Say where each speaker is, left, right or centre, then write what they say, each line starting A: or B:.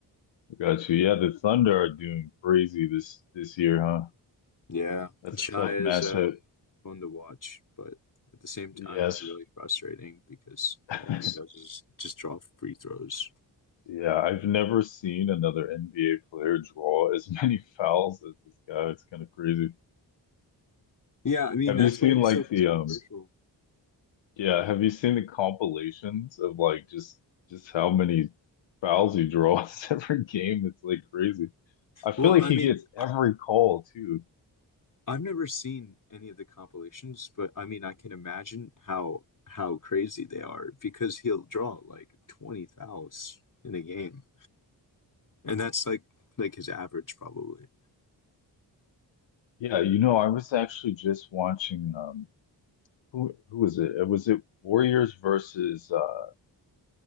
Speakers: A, on the left; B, on the left.
A: I got you. Yeah, the Thunder are doing crazy this this year, huh?
B: Yeah,
A: That's
B: Shai
A: a tough
B: is
A: matchup.
B: uh, fun to watch, but at the same time,
A: Yes.
B: he's really frustrating because
A: <laughs>
B: all he does is just draw free throws.
A: Yeah, I've never seen another NBA player draw as many <laughs> fouls as this guy. It's kind of crazy.
B: Yeah, I mean
A: Have
B: that's
A: you seen
B: why he's
A: like
B: so controversial.
A: the um Yeah, have you seen the compilations of like just just how many fouls he draws <laughs> every game? It's like crazy. I feel
B: Well,
A: like
B: I
A: he
B: mean,
A: gets
B: I,
A: every call too.
B: I've never seen any of the compilations, but I mean, I can imagine how how crazy they are because he'll draw like 20 fouls in a game. And that's like like his average probably.
A: Yeah, you know, I was actually just watching um who who was it? Uh, Was it Warriors versus uh